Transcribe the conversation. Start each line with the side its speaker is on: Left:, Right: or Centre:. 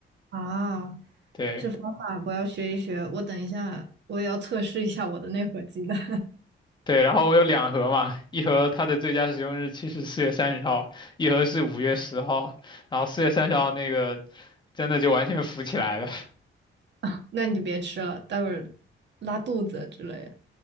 Right: 啊，
Left: 对
Right: 这方法我要学一学。我等一下，我也要测试一下我的那盒鸡蛋。
Left: 对，然后我有两盒嘛，一盒它的最佳使用日期是四月三十号，一盒是五月十号，然后四月三十号那个真的就完全浮起来了。<laughs>
Right: <laughs> 那你就别吃了，待会儿拉肚子之类的。